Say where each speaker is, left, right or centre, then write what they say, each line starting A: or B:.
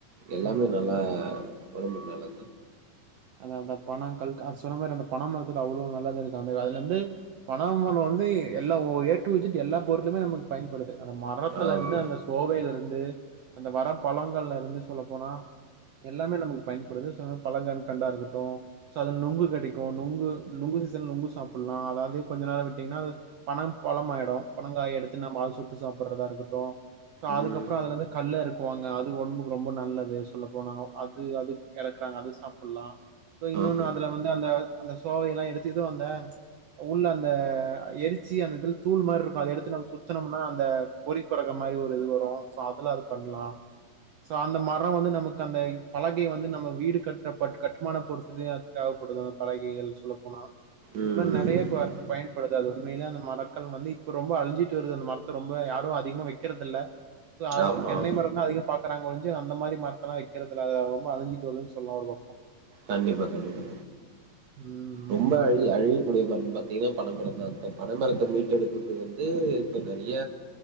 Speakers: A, on the right (about 55°); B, on the right (about 75°).
A: எல்லாமே
B: ம் ம்
A: நல்லா ஒடம்புக்கு நல்லத்தா
B: அந்த அந்த பன கல்க் அத் சொன்ன மாரி அந்த பனமரத்துல அவ்ளோ நல்லது இருக்கு அந்த அதுல இருந்து பனமரோ வந்து எல்லா ஏ டு இஜட் எல்லா பொருலுமே நமக்கு பயன்படுது அந்த மரத்துல
A: ஆமாம்
B: இருந்து அந்த தோகைல இருந் அந்த வர பழங்கள்ல இருந்து சொல்ல போனா எல்லாமே நமக்கு பயன்படுது சோ அந் பழங்கண் கண்டாருக்கட்டு சோ அதுல நொங்கு கெடைக்கு நொங்கு நொங்கு சீசன்ல நொங்கு சாப்ட்லா அதாது கொஞ்ஜ நேரோ விட்டீங்கன்னா அது பனம் கொழமாயிடு பனங்காய எடுத்து நம்ப அத சுட்டு சாப்பட்றதா இருக்கட்டு சோ
A: ம்
B: அதுக்கப்றோ அதுலருந்து கல்லு எறக்குவாங்க அது ஒடம்புக் ரொம்ப நல்லது சொல்ல போனா அது அது எறக்குறாங்க அது சாப் ஃபுல்லா இன்னொன்னு
A: ஆமாம்
B: அதுல வந்து அந்த அந்த சோவெயலா எடுத்து இது வந்தா உள்ள அந்த எரிச்சி டீ அந்த இதுல தூள் மார்ருக்கு அத எடுத்து நம்ப சுத்துனம்னா அந்த பொறி கெடகம் மாரி ஒரு இது வரு சோ அதுலா அது பண்ணலா சோ அந்த மரோ வந்து நமக்கு அந்த பலகைய வந்து நம்ப வீடு கட் கப் பட் கட்டுமான போறத்துக்கு தேவப்படுது பலகைகள் சொல்லபோனா
A: ம்
B: இந்மார்
A: ம்
B: நெறையா
A: ம்
B: கொ
A: ம்
B: பயன்படுது அது உண்மைலே நம் மரக்களு வந்து இப்ப ரொம்ப அழிஞ்சிட்டு வருது அந்த மரத்த ரொம்ப யாரு அதிகமா வெக்கறது இல்ல து அது
A: ஆமாம்
B: தென்னை
A: ஆமாம்
B: மரம் தா அதிகம் பாக் வெக்றாங்க ஒழிஞ்ச்சி அந்த மாரி மரத்தெல்லா வெக்றது இல்ல அது ரொம்ப அழிஞ்சி சொல்லுனு சொல்லார்வோ
A: கண்டிப்பா கண்டிப்பா
B: ம்
A: ரொம்ப அழிய
B: ம்
A: அழிக்கூடிய ப பாத்தீங்கன்னா பண மர தான் இப்ப பனமரத்த மீட்டு எடுக்கதுக்கு வந்து இப்ப நறைய